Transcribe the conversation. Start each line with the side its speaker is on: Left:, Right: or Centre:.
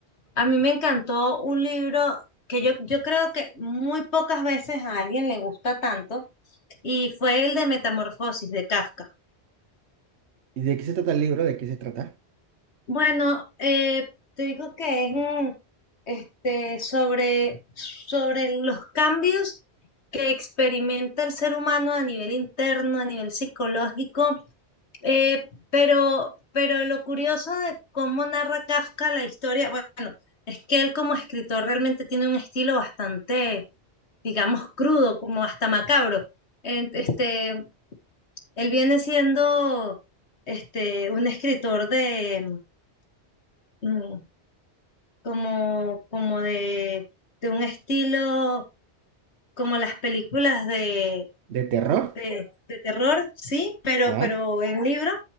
Left: a mí me encantó un libro que yo, yo creo que muy pocas veces a alguien le gusta tanto, y fue el de Metamorfosis de Kafka.
Right: ¿Y de qué se trata el libro? ¿De qué se trata?
Left: Bueno, eh, te digo que es, este, sobre, sobre los cambios que experimenta el ser humano a nivel interno, a nivel psicológico, eh, pero, pero lo curioso de cómo narra Kafka la historia, bueno, es que él como escritor realmente tiene un estilo bastante, digamos, crudo, como hasta macabro. En- Este, él viene siendo este, un escritor de mm, como, como de, de un estilo como las películas de,
Right: ¿De terror?
Left: de- de terror, sí, pero,
Right: Ajá,
Left: pero en libro.